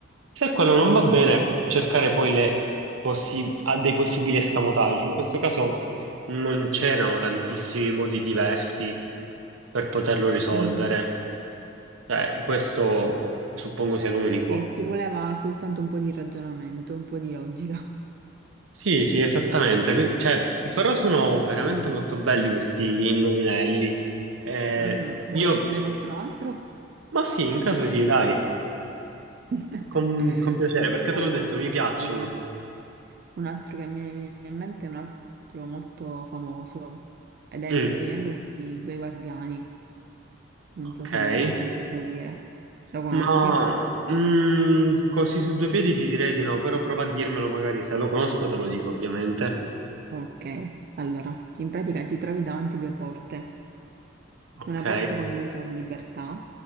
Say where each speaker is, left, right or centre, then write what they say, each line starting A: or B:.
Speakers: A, on the right (about 80°); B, on the right (about 45°).
A: Se quello
B: sì.
A: non va bene, cercare poi le possi- a dei possibili escamotaggi. In questo caso non c'erano tantissimi modi diversi per poterlo risolvere.
B: Mhm.
A: Cioè, questo
B: Sì.
A: suppongo sia l'unico.
B: Sì, ci voleva soltanto un po' di ragionamento, un po' di logica.
A: Sì, sì, esattamente. Que- Cioè, però sono veramente molto belli questi indovinelli. Eh,
B: Mhm. Vuoi
A: io...
B: che te ne faccia un altro?
A: Ma sì, in caso sì, dai,
B: <laughs>
A: con, con piacere, perché
B: Allora,
A: te l'ho detto, mi piacciono.
B: mm, un altro che mi viene in mente è un altro molto famoso ed è
A: Mm,
B: l'indovinello di Due Guardiani. Non
A: ok,
B: so se l'hai mai sentito dire. Lo conosci?
A: ma mm, così su due piedi ti direi di no, però prova a dirmelo magari, se lo conosco te lo dico ovviamente.
B: Ok, allora, in pratica ti trovi davanti due porte.
A: Ok,
B: Una porta conduce alla libertà,